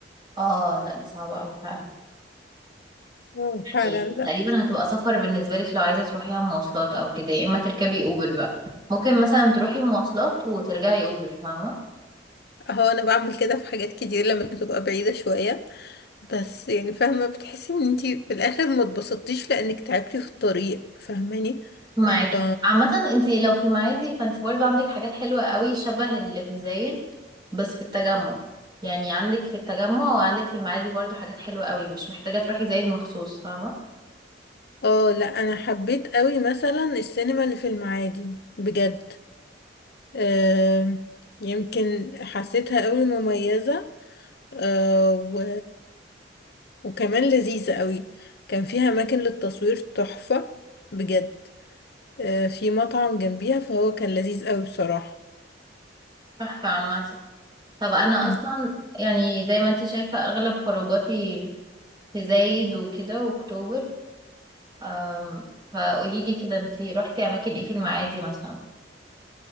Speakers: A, on the right; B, on the left.
A: اه لا دي صعبه قوي فعلا
B: اه فعلا
A: يعني
B: لا
A: تقريبا هتبقى سفر بالنسبه لك لو عايزه تروحيها مواصلات او كده يا اما تركبي اوبر بقى ممكن مثلا تروحي مواصلات وترجعي اوبر فاهمه
B: هو انا بعمل كده في حاجات كتير لما تبقى بعيدة شوية بس يعني فاهمة بتحسي ان انتي في الاخر ما اتبسطتيش لانك تعبتي في الطريق فاهماني
A: معاكي
B: ف
A: عامة انتي لو في المعادي فانتي برضو عندك حاجات حلوة قوي شبه اللي في زايد بس في التجمع يعني عندك في التجمع وعندك في المعادي برضو حاجات حلوة قوي مش محتاجة تروحي زايد مخصوص فاهمة
B: اه لا انا حبيت قوي مثلا السينما اللي في المعادي بجد آه يمكن حسيتها قوي مميزة آه و... وكمان لذيذة قوي كان فيها اماكن للتصوير تحفة بجد آه، في مطعم جنبيها فهو كان لذيذ قوي بصراحة
A: تحفة عامة طب انا
B: مم.
A: اصلا يعني زي ما انتي شايفة اغلب خروجاتي في زايد وكده واكتوبر أم، فقولي لي كده انتي روحتي اماكن ايه في المعادي مثلا